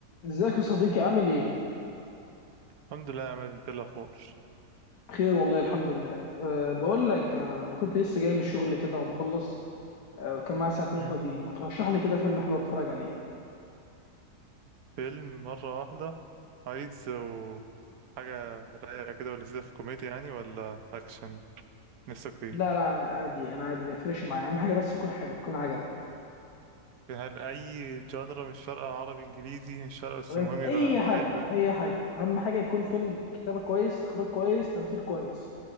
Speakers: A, on the left; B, on the right.
A: ازيك يا صديقي عامل ايه؟
B: الحمد لله يا عماد انت ايه الاخبار
A: بخير والله الحمد لله أه بقول لك آه، انا كنت لسه جاي من الشغل كده ومخلص أه كان معايا ساعتين
B: مم.
A: فاضيين ما ترشح لي كده فيلم حلو اتفرج عليه
B: فيلم مره واحده عايز و- حاجه رايقه كده ولذيذه في كوميديا يعني ولا اكشن نفسك فيه
A: لا لا انا عادي انا عادي ما يفرقش معايا اهم حاجه بس يكون حلو يكون عجبك
B: هل اي جانرا مش فارقه عربي انجليزي مش فارقه بس
A: ولا
B: المهم
A: في
B: يبقى
A: اي حاجه
B: حلو يعني
A: اي حاجه اهم حاجه يكون فيلم كتابه كويس اخراج كويس تمثيل كويس